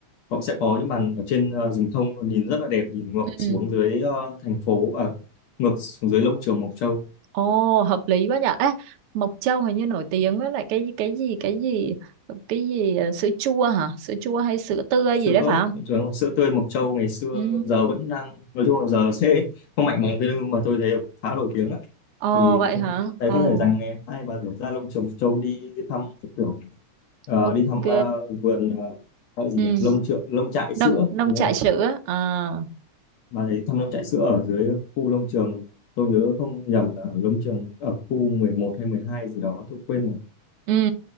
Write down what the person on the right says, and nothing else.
ừ
ồ hợp lý quá nhở Ê, Mộc Châu hình như nổi tiếng với lại cái cái gì cái gì cái gì ờ, sữa chua hả sữa chua hay sữa tươi
gì đấy phải không
ừ
ồ
vậy
hả
ồ
ok
ừ
nông
nông
trại
sữa à
Ừ.